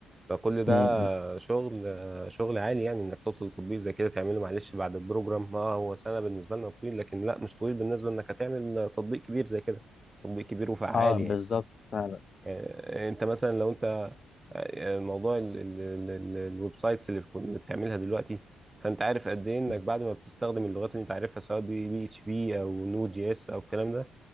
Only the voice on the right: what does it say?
فكل ده
شغل شغل عالي يعني انك توصل لتطبيق زي كده تعمله معلش بعد البروجرام اه هو سنة بالنسبة لنا طويل لكن لا مش طويل بالنسبة انك هتعمل تطبيق كبير زي كده تطبيق كبير وفعال
يعني
آه، انت مثلا لو انت آه، موضوع ال- ال- ال- ال- الويب سايتس اللي بتكون- اللي بتعملها دلوقتي فانت عارف قد ايه انك
بعد ما بتستخدم اللغات اللي انت عارفها سواء بي اتش بي او نود جي اس او الكلام ده